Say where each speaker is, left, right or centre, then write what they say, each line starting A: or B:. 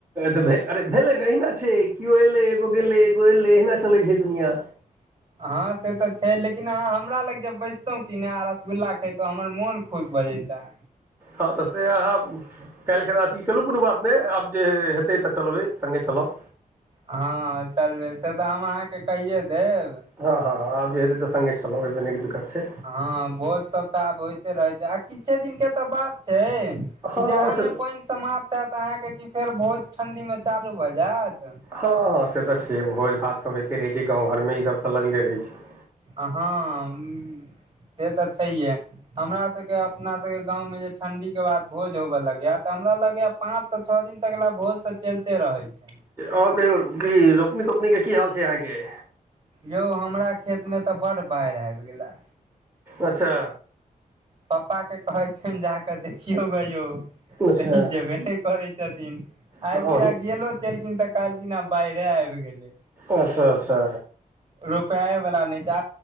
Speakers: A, on the right; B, on the right.
A: तऽ अरे भेलै ने अहिना छै केओ एलै एगो गेलै एगो एलै अहिना चलै छै दुनिया
B: <inaudible> हँ से तऽ छै लेकिन अहाँ हमरा लग जेब बैसतहु की ने रसगुल्ला खैतहु हमर मोन खुश बजैता
A: हँ तऽ से अहाँ काल्हिखना अथि कहुँ कोनो बात नहि आब जे हेतै तऽ चलबै संघ चलब।
B: हँ, चलबै से तऽ हम अहाँकेँ कहिए देब
A: हँ, हँ, आब जे हे तऽ संघे चलब दिक्कत। छै
B: हँ, भोज सभ तऽ आब होइते रहै छै, आ किछे दिनके तऽ बात छै। ई,
A: हँ
B: जहाँ
A: से
B: ने पाइन समाप्त हयत अहाँकेँ कि फेर भोज ठण्डीमे चालू भए जायत
A: हँ, हँ, से तऽ छै, भोज भात तऽ होइते रहे छै, गाव घरमे ई सभ तऽ लगले रहे छै।
B: हँ से तऽ छैहे हमरा सभके अपना सभके गाम मे जे ठण्डीके बाद भोज होबऽ लगैया तऽ हमरा लगैया पाँचसँ छओ दिन तक लए भोज तऽ चलते रहै छै।
A: आओर कहियौ क रोपनी तोपनीके कि हाल छै, अहाँकेँ
B: यौ हमरा खेतमे तऽ बड बाढ़ि आबि गेलिया।
A: अच्छा।
B: पप्पा के कहैत छनि जाकऽ देखियौ जा कऽ यौ
A: अच्छा
B: तहि जेबे नहि करैत छथिन। आइ
A: तऽ
B: बूझा
A: अही
B: गेलो छलखिन तऽ कहलखिन आ बारे आबि गेलै।
A: अच्छा, अच्छा।
B: रुपए आइ वला नहि छै।